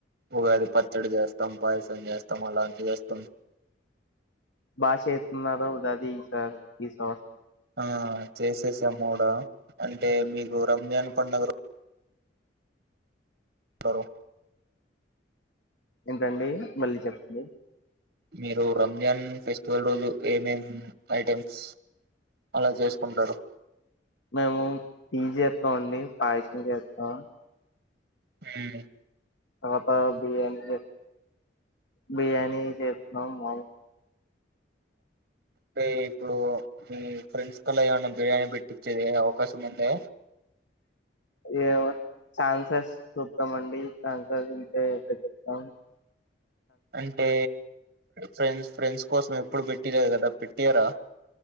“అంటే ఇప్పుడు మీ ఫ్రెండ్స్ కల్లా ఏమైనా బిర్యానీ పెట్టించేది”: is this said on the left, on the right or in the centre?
Right